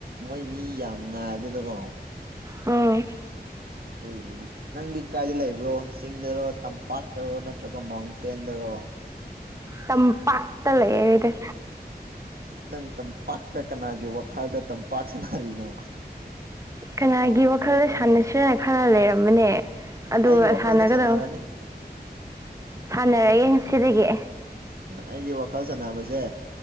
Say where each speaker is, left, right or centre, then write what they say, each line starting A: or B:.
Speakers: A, on the right; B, on the right.
A: ꯃꯣꯏ ꯃꯤ ꯌꯥꯝ ꯉꯥꯜꯂꯦꯗꯀꯣ
B: ꯎꯝ
A: ꯑꯗꯨꯒꯤꯅꯤꯗ ꯅꯪꯗꯤ ꯀꯥꯏꯗ ꯂꯩꯕ꯭ꯔꯣ ꯆꯤꯡꯗꯔꯣ ꯇꯝꯄꯥꯛꯇꯔꯣ ꯅꯠꯇ꯭ꯔꯒ ꯃꯥꯎꯟꯇꯦꯟꯗꯔꯣ
B: ꯇꯝꯄꯥꯛꯇ ꯂꯩꯌ‌ꯦ ꯑꯩꯗꯤ
A: ꯅꯪ ꯇꯝꯄꯥꯛꯇ ꯀꯅꯥꯒꯤ ꯋꯥꯈꯜꯗ ꯇꯝꯄꯥꯛ ꯁꯅꯥꯔꯤꯅꯣ
B: ꯀꯅꯥꯒꯤ ꯋꯥꯈꯜꯗ ꯁꯥꯟꯅꯁꯤꯔ ꯈꯔ ꯂꯩꯔꯝꯕꯅꯦ ꯑꯗꯨ
A: ꯑꯩꯒꯤ ꯋꯥꯈꯜꯗ
B: ꯁꯥꯟꯅꯒꯗ
A: ꯁꯥꯟꯅꯔꯣꯅꯦ
B: ꯁꯥꯟꯅꯔꯒ‌ꯦ ꯉꯁꯤꯗꯒꯤ
A: ꯑꯩꯒꯤ ꯋꯥꯈꯜ ꯁꯥꯟꯅꯕꯁꯦ